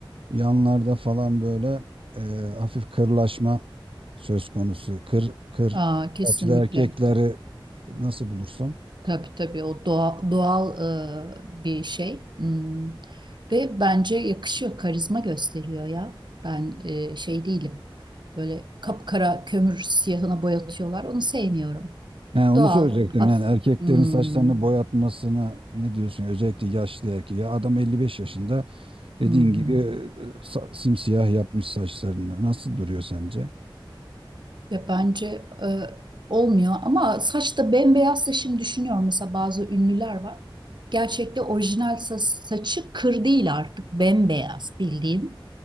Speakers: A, on the right; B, on the right.
A: yanlarda falan böyle e, hafif kırlaşma söz konusu. Kır kır
B: Aa, kesinlikle.
A: saçlı erkekleri nasıl bulursun?
B: Tabii tabii o doğa- doğal e, bir şey. Hmm. Ve bence yakışıyor, karizma gösteriyor ya. Ben e, şey değilim. Böyle kapkara kömür siyahına boyatıyorlar. Onu sevmiyorum.
A: He, onu
B: Doğal,
A: söyleyecektim
B: hafif.
A: Yani erkeklerin
B: Hmm,
A: saçlarını boyatmasına ne diyorsun? Özellikle yaşlı erkeği. Ya adam 55 yaşında dediğin
B: hı hı.
A: gibi e, sa- simsiyah yapmış saçlarını. Nasıl duruyor sence?
B: Ya bence e, olmuyor ama saçta bembeyazsa şimdi düşünüyorum mesela bazı ünlüler var. Gerçekte orijinal sa- saçı kır değil artık bembeyaz bildiğin